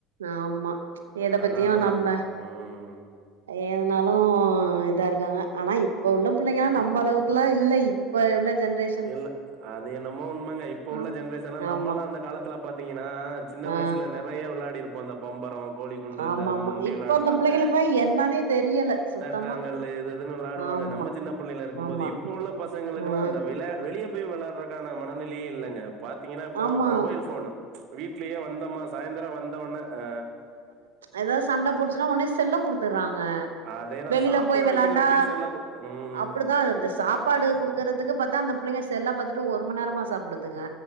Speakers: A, on the right; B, on the right.
A: ஆமா எத பத்தியு
B: அதான், அதான்.
A: நம்ம
B: ம்.
A: எதனாலு இதா இருக்காங்க ஆனா இப்ப உள்ள பிள்ளைங்கல்லா நம்ம அளவுக்குல்லா இல்லை இப்ப உள்ள ஜென்ரேஷ்
B: இல்ல அது என்னமோ உண்மங்க இப்ப
A: ஆ
B: உள்ள ஜென்ரேஷன்லா
A: ஆமா
B: நம்மல்லா அந்த காலத்துல பாத் தீங்கன்னா சின்ன
A: ஆ
B: வயசுல நெறைய விளாடிருப்போ அந்த பம்பரோ கோழி குண்டு
A: ஆமா
B: இந்த
A: ஆமா
B: நொண்டி
A: இப்ப
B: விளாடுவாங்க
A: அந்த பிள்ளைங்களுக்குலா என்னானே தெரியல சுத்தமா
B: தட் தட்டாங்கல்லு எதோ எதுனு விளாடுவாங்க
A: ஆமா
B: நம்ம சின்ன புள்ளைல இருக்கும்போது
A: ஆமா
B: இப்ப உள்ள பசங்களுக்குல்லா
A: ஆ
B: அந்த விள வெளிய போய் விளாடுறக்கான மனநிலையு இல்லங்க பாத்தீங்கன்னா இப்பலா
A: ஆமா
B: மொபைல் போனு வீட்லயே வந்தோம்மா சாயந்தரோ வந்த ஒட்னே ஆ
A: எதாவ்து சண்ட போட்டுச்சுன்னா உன்னே செல்ல குடுத்துறாங்க
B: அதேதா
A: வெளில
B: சாப்புட
A: போய் வெளாண்டா
B: வைக்கிறதுக்கே செல்ல கு ம்
A: அப்டிதா அந்த சாப் பாடு குடுக்குறதுக்கு பாத்தா அந்த புள்ளைங்க செல்லா பாத்துட்டு ஒரு மண் நேரமா சாப்பிடுதுங்க